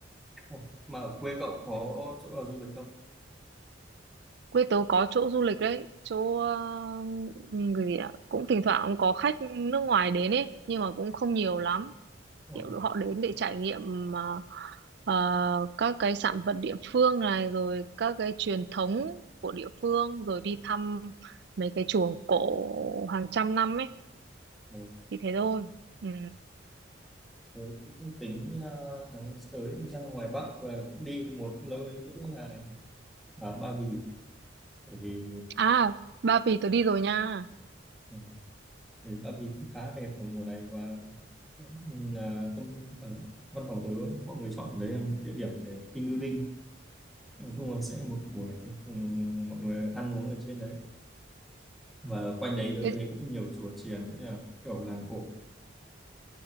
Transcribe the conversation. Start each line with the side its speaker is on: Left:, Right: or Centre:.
Centre: Ủa, mà ở quê cậu có chỗ nào du lịch không?
Right: quê tớ có chỗ du lịch đấy chỗ ờ, người gì ạ? cũng thỉnh thoảng có khách nước ngoài đến ấy nhưng mà cũng không nhiều lắm
Centre: Ủa,
Right: kiểu họ đến để trải nghiệm à, à, các cái sản vật địa phương này rồi các cái truyền thống của địa phương rồi đi thăm mấy cái chùa cổ hàng trăm năm ấy
Centre: ủa,
Right: thì thế thôi ừ.
Centre: thế cũng tính à, tháng tới cũng ra ngoài Bắc và cũng đi một nơi nữa là ở Ba Vì bởi vì
Right: à Ba Vì tớ đi rồi nha
Centre: ờ, Ừ, Ba Vì cũng khá đẹp vào mùa này và ừm, à, công ở văn phòng tớ mọi người chọn đấy là một địa điểm để team building nói chung là sẽ một buổi thì cùng mọi người ăn uống ở trên đấy và quanh đấy tớ
Right: Thế-
Centre: thấy cũng nhiều chùa chiền cũng như là kiểu làng cổ